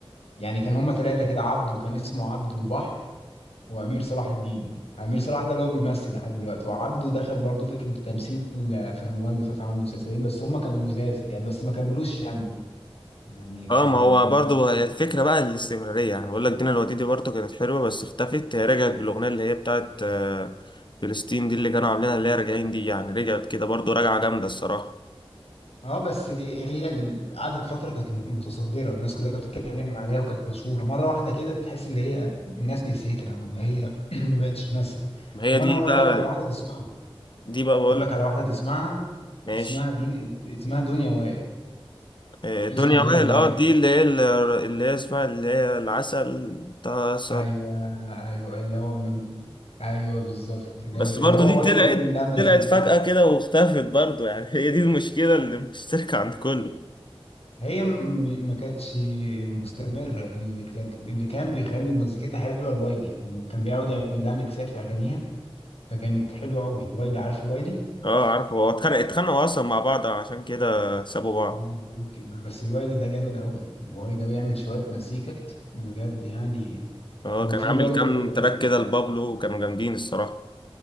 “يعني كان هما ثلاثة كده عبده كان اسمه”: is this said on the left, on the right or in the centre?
Left